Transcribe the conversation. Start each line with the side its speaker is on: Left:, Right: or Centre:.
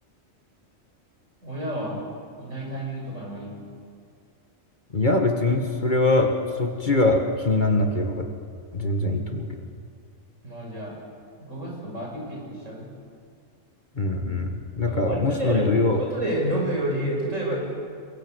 Right: 親はいないタイミングとかの方がいいの
Left: いや、別にそれはそっちが気にならなければ全然いいと思うけど。
Right: まあじゃあ、5月とかバーベキューとかしちゃう
Left: うんうん。だからもしね、
Right: なんか割とね、俺、
Left: 土曜、
Right: 外で飲むより、例えば